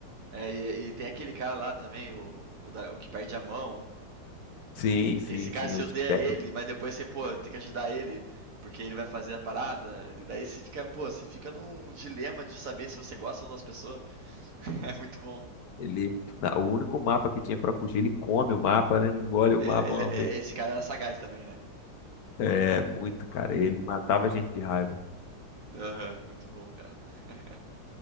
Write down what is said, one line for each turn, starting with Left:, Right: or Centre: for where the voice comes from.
Right: É, e, e tem aquele cara lá também, o, o, da- o que perde a mão.
Left: Sim, sim,
Right: Esse cara
Left: sim.
Right: se
Left: O
Right: odeia
Left: Spag,
Right: ele, mas depois você, pô, tem que ajudar ele, porque ele vai fazer a parada. E daí você fica, pô, você fica num dilema de saber se você gosta ou não das pessoas. <laughs> É muito bom.
Left: ele, na- o único mapa que tinha pra fugir, ele come o mapa, né? Engole
Right: Ele,
Left: o mapa
Right: ele-
Left: uma
Right: é-
Left: vez.
Right: esse cara era sagaz também, né?
Left: É, muito, cara. Ele matava a gente de raiva.
Right: Aham, uhum, muito bom, cara. <laughs>